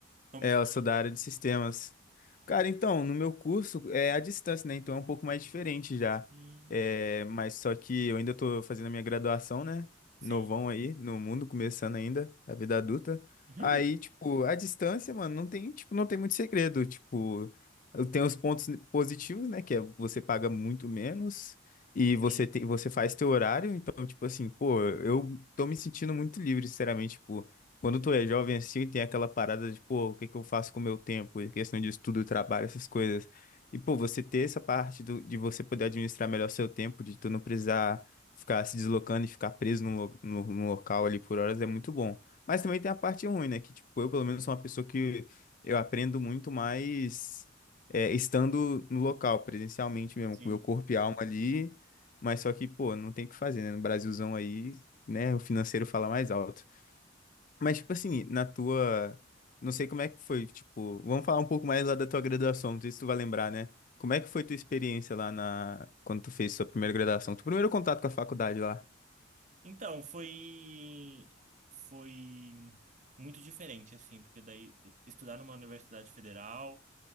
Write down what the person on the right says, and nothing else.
Como
que
tá?
Hum,
sim.
<laughs>
Sim,
sim.
Então, foi foi muito diferente assim, porque daí estudar numa universidade federal